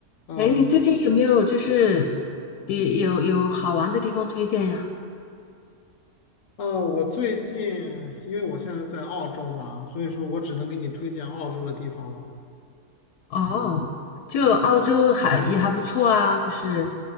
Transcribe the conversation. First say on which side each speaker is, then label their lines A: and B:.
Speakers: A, on the left; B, on the left.
A: 呃
B: 哎，你最近有没有就是比有有好玩的地方推荐呀？
A: 呃，我最近因为我现在在澳洲嘛，所以说我只能给你推荐澳洲的地方了。
B: 哦，就澳洲还也还不错啊，就是